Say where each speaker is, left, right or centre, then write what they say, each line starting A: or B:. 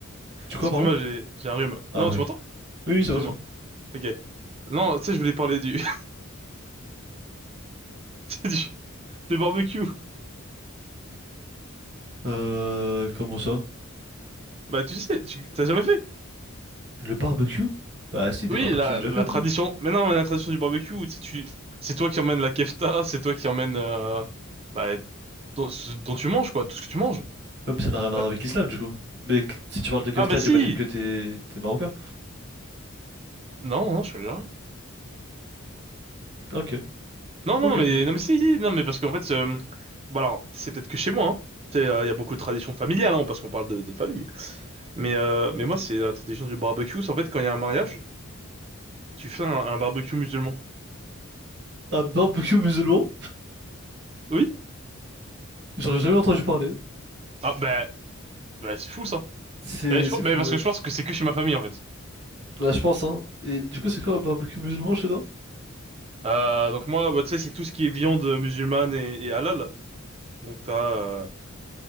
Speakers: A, on the right (about 55°); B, on the right (about 30°).
A: Tu crois,
B: Excuse-moi,
A: pardon?
B: j'ai j'ai un rhume.
A: Ah
B: Non,
A: oui.
B: tu m'entends?
A: Oui, oui, c'est
B: Excuse-moi.
A: vrai, c'est
B: Ok. Non, tu sais, je voulais parler du... <laughs> du du barbecue.
A: Euh... Comment ça?
B: Bah, tu sais, tu t'as jamais fait?
A: Le barbecue? Bah si, des
B: Oui,
A: barbecues,
B: la
A: j'en ai déjà
B: la
A: fait,
B: tradition.
A: mais...
B: Mais non, mais la tradition du barbecue, tu sais, tu c'est toi qui emmènes la kefta, c'est toi qui emmènes euh, bah ton- ce dont tu manges quoi, tout ce que tu manges.
A: Ouais, mais ça n'a rien à voir
B: Euh,
A: avec l'islam, du coup. Mais que- si tu parles de kefta,
B: Ah, mais
A: j'imagine
B: si.
A: que t'es... t'es marocain.
B: Non, non, je suis algérien.
A: Ok.
B: Non, non,
A: Ok,
B: non, mais
A: ok.
B: non, mais si, si, non, mais parce qu'en fait, euh, bon alors, c'est peut-être que chez moi. hein. Tu sais, euh, il y a beaucoup de traditions familiales, hein, parce qu'on parle de de famille. Mais, euh, mais moi, c'est la tradition du barbecue. C'est en fait, quand il y a un mariage, tu fais un, un barbecue musulman.
A: Un barbecue musulman?
B: Oui?
A: J'aurais jamais entendu parler.
B: Ah, bah, bah c'est fou ça.
A: C'est
B: Bah, je,
A: c'est
B: pense- mais
A: fou,
B: parce
A: ouais.
B: que je pense que c'est que chez ma famille en fait.
A: Bah, je pense, hein. Et du coup, c'est quoi un barbecue musulman chez toi?
B: Euh, donc moi, bah, tu sais, c'est tout ce qui est viande musulmane et, et halal. Donc t'as euh,